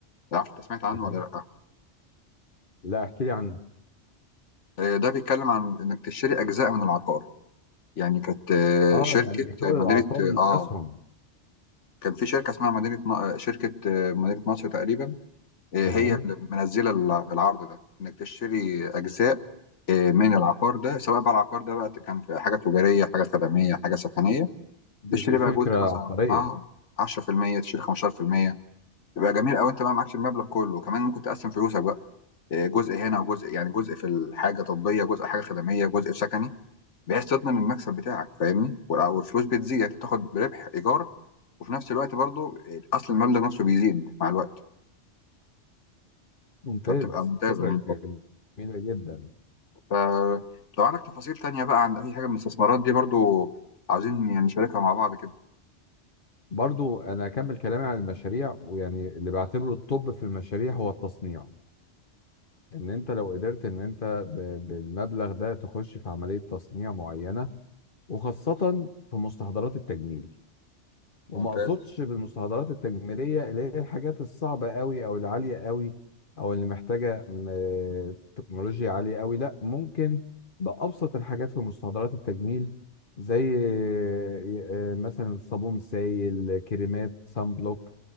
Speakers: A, on the left; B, on the left.
A: ما اعرفش انت سمعت عنه
B: تمام
A: ولا لا
B: لا احكي لي عنه
A: آه، ده بيتكلم عن انك تشتري اجزاء من العقار يعني كانت آه،
B: اه
A: شركه
B: يعني بيحول
A: آه، مدينه
B: العقار لاسهم
A: اه آه، كان في شركه اسمها مدينه ن- آه، شركه آه، مدينه نصر تقريبا آه،
B: تمام
A: هي اللي منزله الع- العرض ده انك تشتري اجزاء آه، من العقار ده سواء بقى العقار ده بقى كان في حاجه تجاريه حاجه خدميه حاجه سكنيه
B: دي
A: تشتري
B: فكره
A: بقى جزء مثلا
B: عبقريه
A: اه 10% تشتري 15% يبقى جميل قوي انت بقى معكش المبلغ كله كمان ممكن تقسم فلوسك جزء هنا وجزء يعني جزء في الحاجه طبيه جزء حاجه خدميه جزء في سكني بحيث تضمن المكسب بتاعك فاهمني والع- والفلوس بتزيد يعني أنت بتاخد بربح ايجار وفي نفس الوقت برضو اصل المبلغ نفسه بيزيد مع الوقت
B: ممتاز
A: فبتبقى ممتازه
B: فكره
A: يعني
B: جميله جدا
A: فلو عندك تفاصيل تانية بقى عن اي حاجه من الاستثمارات دي برضو عاوزين يعني نشاركها مع بعض كده
B: برضو انا اكمل كلامي عن المشاريع ويعني اللي بعتبره الطب في المشاريع هو التصنيع ان انت لو قدرت ان انت ب- بالمبلغ ده تخش في عملية تصنيع معينة وخاصة في مستحضرات التجميل وما
A: ممتاز
B: اقصدش بالمستحضرات التجميلية اللي هي الحاجات الصعبة قوي او العالية قوي او اللي محتاجة م- تكنولوجيا عالية قوي لا ممكن بأبسط الحاجات في مستحضرات التجميل زي آه، آه، مثلا صابون سائل كريمات سان بلوك